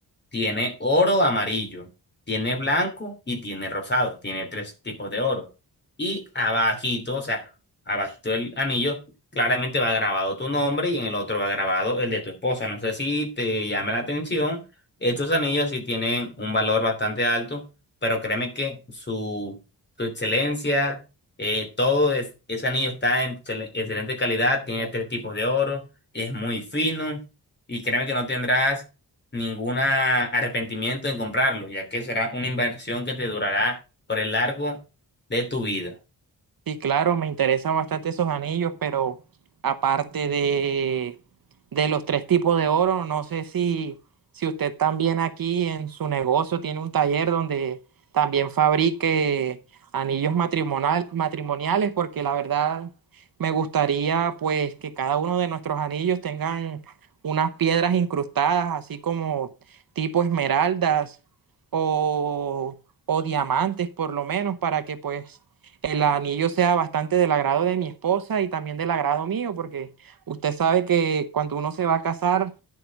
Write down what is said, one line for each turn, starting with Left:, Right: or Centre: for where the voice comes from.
Left: Tiene oro amarillo, tiene blanco y tiene rosado. Tiene tres tipos de oro. Y abajito, o sea, abajito del anillo, claramente va grabado tu nombre y en el otro va grabado el de tu esposa. No sé si te llama la atención. Estos anillos sí tienen un valor bastante alto, pero créeme que su, su excelencia, eh, todo es- ese anillo está en excel- excelente calidad, tiene tres tipos de oro, es muy fino y créeme que no tendrás ningún arrepentimiento en comprarlo, ya que será una inversión que te durará por el largo de tu vida.
Right: Sí, claro, me interesan bastante esos anillos, pero aparte de, de los tres tipos de oro, no sé si, si usted también aquí en su negocio tiene un taller donde también fabrique anillos matrimonial- matrimoniales, porque la verdad me gustaría pues que cada uno de nuestros anillos tengan unas piedras incrustadas, así como tipo esmeraldas o, o diamantes por lo menos, para que pues el anillo sea bastante del agrado de mi esposa y también del agrado mío, porque usted sabe que cuando uno se va a casar,